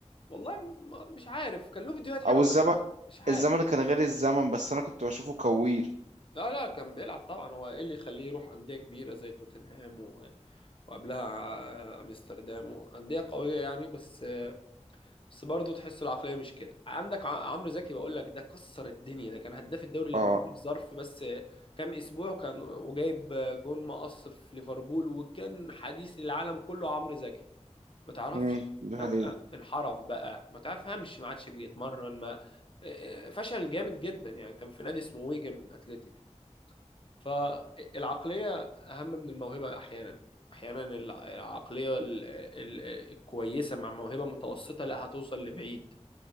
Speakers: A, on the left; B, on the right.
A: والله ما- مش عارف كان له فيديوهات حلوه
B: أو الزمن
A: بس مش عارف
B: الزمن كان غير الزمن بس أنا كنت بشوفه كوير
A: لا لا كان بيلعب طبعا هو ايه اللي يخليه يروح انديه كبيره زي توتنهام و... وقبلها آه، امستردام وانديه قويه يعني بس آه، بس برضه تحس العقليه مش كده عندك ع- عمرو زكي بقول لك ده كسر الدنيا ده كان هداف الدوري
B: اه
A: الانجليزي في ظرف بس آه، كام اسبوع كان وجايب آه، جون مقص في ليفربول وكان حديث العالم كله عمرو زكي ما تعرفش
B: امم دي
A: فجأة
B: حقيقة
A: انحرف بقى ما تفهمش ما عادش بيتمرن ما إيه، فشل جامد جدا يعني كان في نادي اسمه ويجن اتلتيك فالعقلية أهم من الموهبة أحيانا أحيانا الع- العقلية ال- ال- الكويسة مع موهبة متوسطة لا هتوصل لبعيد